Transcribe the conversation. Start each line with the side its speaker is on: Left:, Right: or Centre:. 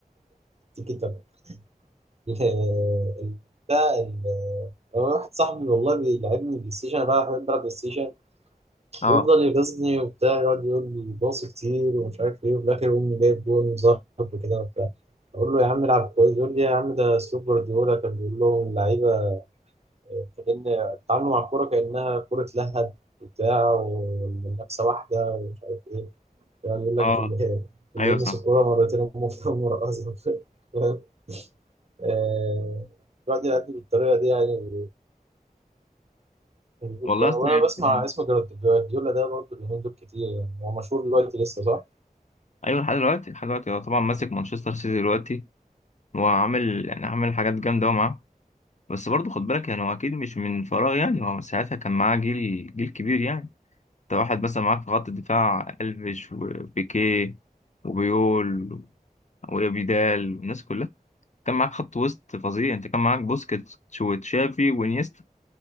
Right: تيكي تاكا <laughs> ال- ال- ده ال- هو واحد صاحبي والله بيلعبني بلاي ستيشن انا بقى بحب العب بلاي ستيشن
Left: اه
Right: بيفضل يغيظني وبتاع يقعد يقول لي باص كتير ومش عارف ايه وفي الاخر يقوم جايب جون وظهر وكده وبتاع اقول له يا عم العب كويس يقول لي يا عم ده اسلوب جوارديولا كان بيقول لهم اللعيبه كان تعاملوا مع الكوره كانها كوره لهب وبتاع والمنافسه واحده ومش عارف ايه يعني يقول لك
Left: اه
Right: اللي <laughs> اللي
Left: ايوه
Right: يلمس
Left: صح
Right: الكوره مرتين امه في مرقصه <laughs> فاهم آه، الواحد يعدي بالطريقه دي يعني بيقول
Left: والله
Right: يعني
Left: اصلا
Right: وانا بسمع
Left: يعني-
Right: اسم جوارديولا ده برضه اليومين دول كتير يعني هو مشهور دلوقتي لسه صح؟
Left: ايوه لحد دلوقتي لحد دلوقتي هو طبعا ماسك مانشستر سيتي دلوقتي وعامل يعني عامل حاجات جامده أوي معاه بس برضه خد بالك يعني هو اكيد مش من فراغ يعني هو ساعتها كان معاه جيل جيل كبير يعني انت واحد مثلا معاك في خط الدفاع الفيش وبيكيه وبيول وابيدال والناس كلها كان معاك خط وسط فظيع انت كان معاك بوسكيتس وتشافي وانيستا